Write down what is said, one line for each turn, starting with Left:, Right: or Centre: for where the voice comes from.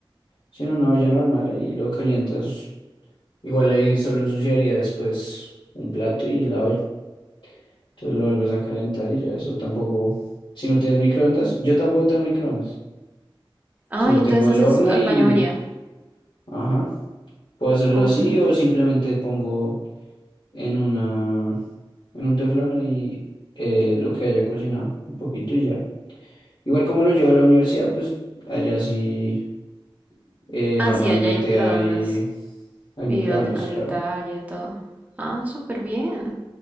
Left: sí, en una olla normal ahí lo calientas. Igual ahí solo ensuciaría después un plato y la olla. Entonces lo vuelves a calentar y ya eso tampoco. Si no tienes microondas, yo tampoco tengo microondas.
Right: ah
Left: Solo
Right: y entonces
Left: tengo
Right: haces
Left: el horno
Right: al
Left: y.
Right: baño María.
Left: Ajá. Puedo hacerlo
Right: Oh.
Left: así o simplemente pongo en una. en un teflón ahí eh, lo que haya cocinado. Un poquito y ya. Igual como lo llevo a la universidad, pues allá sí eh,
Right: Ah,
Left: normalmente
Right: sí, allá hay microondas
Left: hay. hay microondas,
Right: y donde calentar
Left: claro.
Right: y de todo. Ah, súper bien.